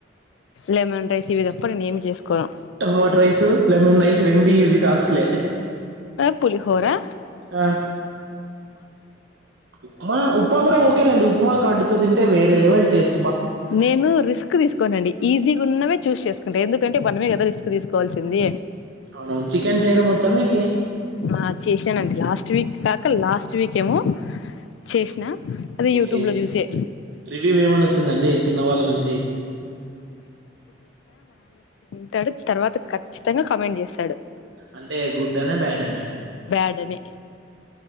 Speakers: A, on the left; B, on the right.
A: lemon rice ఇవి తప్ప నేను ఏమి చేసుకోను
B: టొమటో రైసు లెమన్ రైస్ రెండు ఈజీ టాస్క్లే
A: పులిహోరా
B: ఆ ఉప్మా మ కూడా ఓకేలాండి ఉప్మా కాడ్డుతో ది వేర లెవల్ టెస్ట్
A: నేను రిస్క్ తీసుకోనండి ఈజీ గున్నవే చూస్ చేసుకుంటే ఎందుకంటే మనమే కదా రిస్క్ తీసుకోవాల్సింది
B: అవునవును చికెన్ చేయడం వచ్చా మీకి
A: ఆ చేసానండి లాస్ట్ వీక్ ఇక లాస్ట్ వీక్ ఏమో చేసిన అది
B: ఓకే
A: యూట్యూబ్లో చూసే
B: రివ్యూ ఏమని వచ్చిందండి తిన్నవాళ్ళ నుంచి
A: టడు తర్వాత ఖచ్చితంగ కమెంట్ చేస్తాను
B: అంటే గుడ్ అన బ్యాడ్ అనే
A: బ్యాడ్ అని